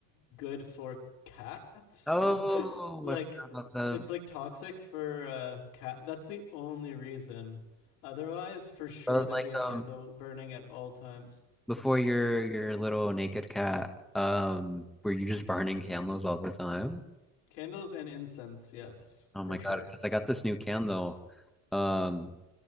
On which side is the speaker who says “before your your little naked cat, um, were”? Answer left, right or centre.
Centre